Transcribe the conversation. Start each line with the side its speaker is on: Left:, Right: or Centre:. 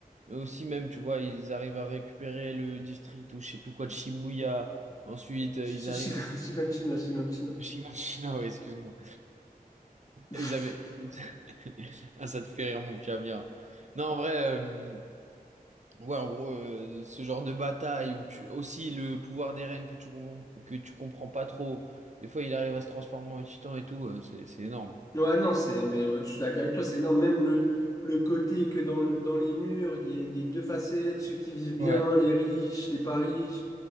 Right: Mais aussi même, tu vois, ils arrivent à récupérer le district ou je sais plus quoi de Shibuya. Ensuite, euh,
Left: Sh-
Right: ils arrivent
Left: sh- Shiganshina, Shiganshina.
Right: à Shiganshina, <laughs> ouais, excuse-moi.
Left: <laughs>
Right: Ils avaient. <laughs> Ah, ça te fait rire, mon petit Amir. Non, en vrai, euh, ouais, en gros, euh, ce genre de bataille où tu. Aussi, le pouvoir des reines que tu comprends, que tu comprends pas trop. Des fois, il arrive à se transformer en titan et tout. euh, c'est c'est énorme.
Left: Ouais, non, c'est, mais euh, je suis d'accord avec toi, c'est non, même le, le côté que dans, dans les murs, il y, a il y a deux facettes, ceux qui vivent bien,
Right: Ouais,
Left: les riches, les pas riches.